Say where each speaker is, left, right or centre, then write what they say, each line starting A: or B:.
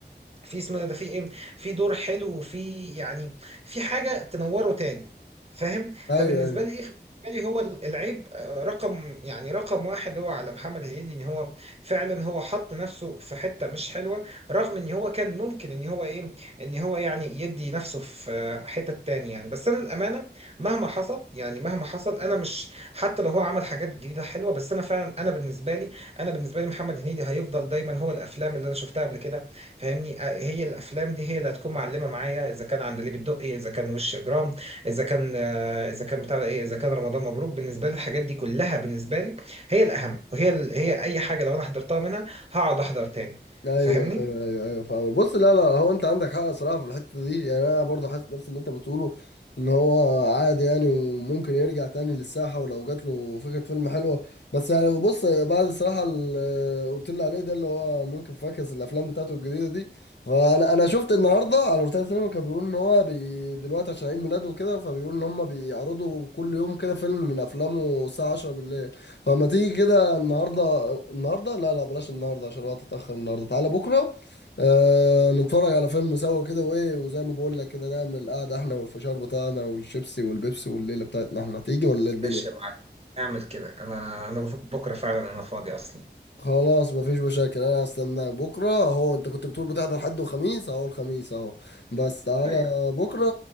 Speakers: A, on the right; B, on the left.
A: في اسمه ده في ايه في دور حلو وفي يعني في حاجه تنوره تاني فاهم
B: ايوه
A: فبالنسبه
B: ايوه
A: لي ايه بالنسبه لي هو العيب آه، رقم يعني رقم واحد هو على محمد هنيدي ان هو فعلا هو حط نفسه في حته مش حلوه رغم ان هو كان ممكن ان هو ايه ان هو يعني يدي نفسه في آه، حته تانية يعني بس انا للامانه مهما حصل يعني مهما حصل انا مش حتى لو هو عمل حاجات جديده حلوه بس انا فعلا انا بالنسبه لي انا بالنسبه لي محمد هنيدي هيفضل دايما هو الافلام اللي انا شفتها قبل كده فاهمني آه، هي الافلام دي هي اللي هتكون معلمه معايا اذا كان عندليب الدقي اذا كان وش اجرام اذا كان آه، اذا كان بتاع ده ايه اذا كان رمضان مبروك بالنسبه لي الحاجات دي كلها بالنسبه لي هي الاهم وهي ال- هي اي حاجه لو انا حضرتها منها هقعد احضر تاني
B: ايوه
A: فاهمني
B: ايوه ايوه ايوه فاهم بص لا لا هو انت عندك حق صراحه في الحته دي يعني انا برضو حاسس نفس اللي انت بتقوله ان هو عادي يعني وممكن يرجع تاني للساحه ولو جات له فكره فيلم حلوه بس يعني بص بعد الصراحه اللي قلت لي عليه ده اللي هو ممكن فاكس الافلام بتاعته الجديده دي فانا انا شفت النهارده على روتانا سينما كان بيقول ان هو بي دلوقتي عشان عيد ميلاده وكده فبيقول ان هم بيعرضوا كل يوم كده فيلم من افلامه الساعه 10 بالليل فما تيجي كده النهارده النهارده لا لا بلاش النهارده عشان الوقت اتأخر النهارده تعالى بكره آه نتفرج على فيلم سوا كده وايه وزي ما بقول لك كده نعمل قعده احنا والفشار بتاعنا والشيبسي والبيبسي والليله بتاعتنا احنا هتيجي ولا إيه الدنيا
A: ماشي يا معلم اعمل كده انا انا بف- بكره فعلا انا فاضي اصلا
B: خلاص مفيش مشاكل انا هستناك بكره اهو انت كنت بتقول بتحضر حد وخميس اهو الخميس اهو بس تعالى
A: ايوه
B: بكره